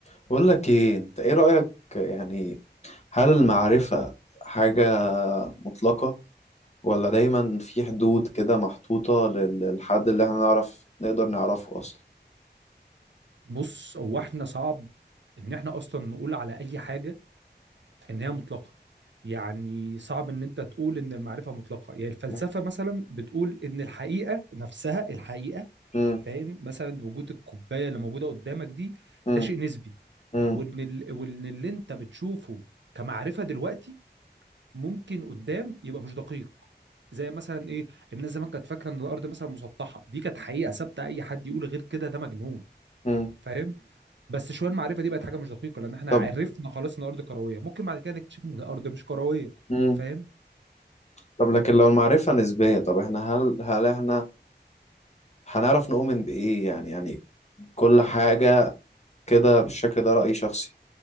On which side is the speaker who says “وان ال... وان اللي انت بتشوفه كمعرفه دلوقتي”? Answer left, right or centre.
Right